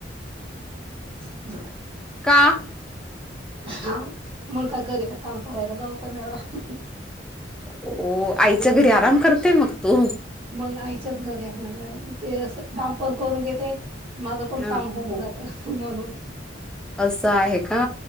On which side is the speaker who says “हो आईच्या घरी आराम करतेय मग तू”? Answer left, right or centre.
Centre